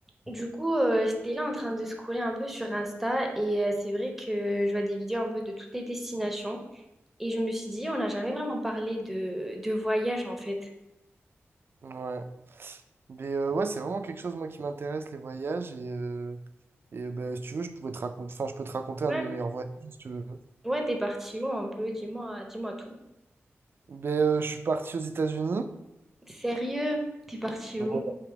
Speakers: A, in the centre; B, on the right.
A: Du coup, euh, j'étais là en train de scroller un peu sur Insta et euh, c'est vrai que je vois des vidéos un peu de toutes les destinations et je me suis dit, on n'a jamais vraiment parlé de, de voyage en fait.
B: Ouais. Mais euh, ouais, c'est vraiment quelque chose, moi, qui m'intéresse, les voyages. Et, euh, et euh, bah, si tu veux, je pourrais te raconter, enfin, je peux te raconter
A: Ouais.
B: un de mes meilleurs voyages, si tu veux.
A: Ouais, t'es parti où un peu? Dis-moi, dis-moi tout.
B: Mais euh, je suis parti aux États-Unis.
A: Sérieux? T'es parti
B: Ouais.
A: où?